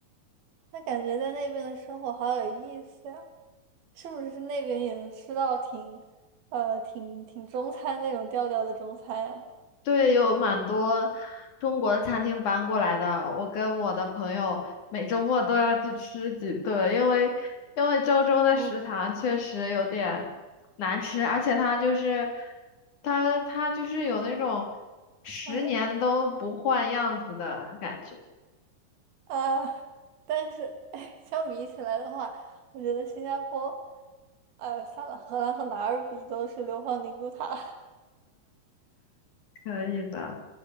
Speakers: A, on the right; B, on the left.
A: 那感觉在那边的生活好有意思呀！是不是那边也能吃到挺，呃，挺挺中餐那种调调的中餐呀？
B: 对，有蛮多中国的餐厅搬过来的。我跟我的朋友每周末都要去吃几顿，因为因为周中的食堂确实有点难吃，
A: 嗯，
B: 而且它就是它它就是有那种十年都不换样子的感觉。
A: 嗯啊，但是哎，相比起来的话，我觉得新加坡，呃，算了，荷兰和哪儿比都是流放宁古塔，<laughs>
B: 可以的，